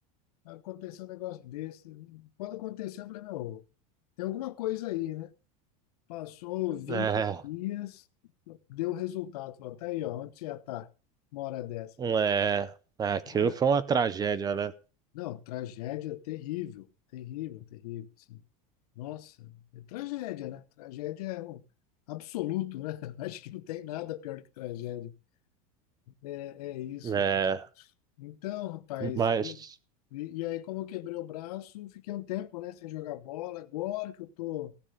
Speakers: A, on the left; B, on the right.
A: aconteceu um negócio desse. Quando aconteceu, eu falei, meu, tem alguma coisa aí, né? Passou vinte
B: é,
A: dias, deu resultado. Falou, tá aí, ó, onde você ia estar uma hora dessa?
B: é. Ah, Aquilo
A: Ah,
B: foi uma tragédia, né?
A: Não, tragédia terrível, terrível, terrível, assim. Nossa, é tragédia, né? Tragédia é um absoluto, né? <laughs> Acho que não tem nada pior que tragédia. É é isso.
B: É,
A: Então, rapaz,
B: mas,
A: e, e e aí como eu quebrei o braço, fiquei um tempo, né, sem jogar bola. Agora que eu tô